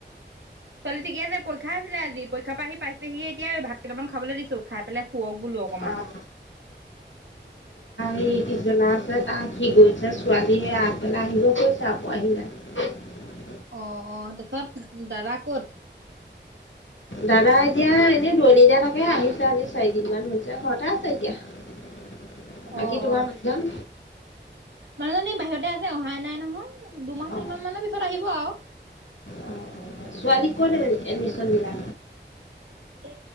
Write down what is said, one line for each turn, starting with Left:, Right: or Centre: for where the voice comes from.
Right: ছোৱালী ঠিকে আছে পৰীক্ষা আছিলে আজি পৰীক্ষাৰ পৰা আহি পাইছেহি হে এতিয়া এই ভাত কেইটামান খাবলৈ দিছো খাই পেলাই শুৱক বোলো অকমান।
Left: অ' ই পিছবেলা আছে তাৰ সি গৈছে ছোৱালীহে আগবেলাই আহিব কৈছে আকৌ পোৱা হি নাই।
Right: অহ, অহ তাপিছত দাদা ক'ত?
Left: দাদা এতিয়া এনেই দূৰণিতহে থাকে আহি আজি চাৰি দিনমান হৈছে ঘৰতে <unintelligible> বাকী
Right: অ
Left: তোমাৰ
Right: অ
Left: মানুহজন?
Right: মানুহজনী বাহিৰতে আছে অহাই নাই নহয়, দুমাহ
Left: অঁ
Right: তিনিমাহ
Left: অঁ
Right: মানৰ পিছত আহিব আৰু।
Left: অঁ ছোৱালীক ক'ত এডমিচন দিলা?
Right: এ